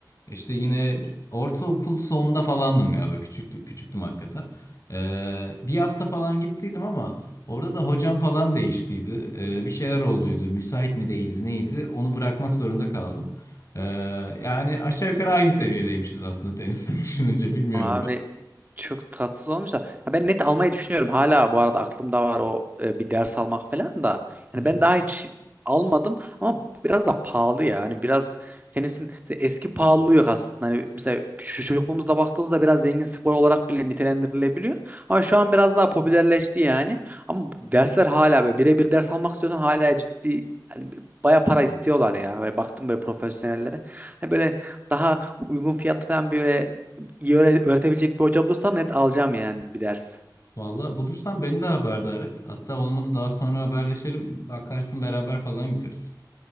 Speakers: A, on the left; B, on the right.
A: İşte yine ortaokul sonunda falandım galiba. Küçüktüm, küçüktüm hakikaten. E, bir hafta falan gittiydim ama Orada da hocam falan değiştiydi. Ee, bir şeyler olduydu. Müsait mi değildi neydi? Onu bırakmak zorunda kaldım. Ee, yani aşağı yukarı aynı seviyedeymişiz aslında teniste <laughs> düşününce bilmiyorum
B: Abi
A: ben.
B: Çok tatsız olmuş da. Ya ben net almayı düşünüyorum. Hala bu arada aklımda var o e, bir ders almak falan da. Yani
A: Hı.
B: ben daha hiç almadım ama biraz da pahalı ya. Hani biraz tenisin mesela eski pahalılığı yok aslında. Hani mesela şu çocukluğumuzda baktığımızda biraz zengin spor olarak bile nitelendirilebiliyor. Ama şu an biraz daha popülerleşti yani. Ama dersler hala böyle birebir ders almak istiyorsan hala ciddi yani baya para istiyorlar ya. Böyle baktım böyle profesyonellere. Hani böyle daha uygun fiyat falan böyle iyi öğre- öğretebilecek bir hoca bulursam net alacağım yani bir ders.
A: Vallahi bulursan beni de haberdar et. Hatta olmadı daha sonra haberleşelim. Bakarsın beraber falan gideriz.